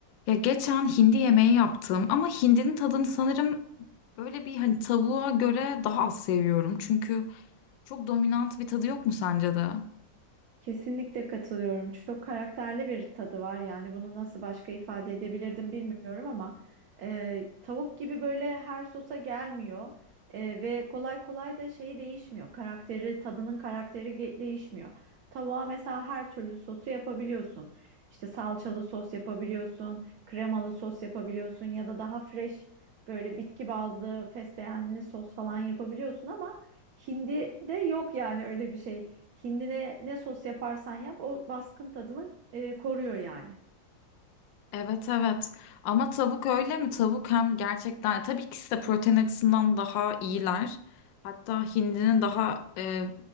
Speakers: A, on the left; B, on the right.
A: Ya geçen hindi yemeği yaptım ama hindinin tadını sanırım böyle bir hani tavuğa göre daha az seviyorum. Çünkü çok dominant bir tadı yok mu sence de?
B: Kesinlikle katılıyorum. Çok karakterli bir tadı var. Yani bunu nasıl başka ifade edebilirdim bilmiyorum ama e, tavuk gibi böyle her sosa gelmiyor E, ve kolay kolay da şeyi değişmiyor. Karakteri, tadının karakteri ge- değişmiyor. Tavuğa mesela her türlü sosu yapabiliyorsun. İşte salçalı sos yapabiliyorsun, kremalı sos yapabiliyorsun ya da daha fresh böyle bitki bazlı fesleğenli sos falan yapabiliyorsun ama hindide yok yani öyle bir şey. Hindine ne sos yaparsan yap o baskın tadını e, koruyor yani.
A: Evet evet ama tavuk öyle mi? Tavuk hem gerçekten e, tabii ikisi de protein açısından daha iyiler. Hatta hindinin daha e,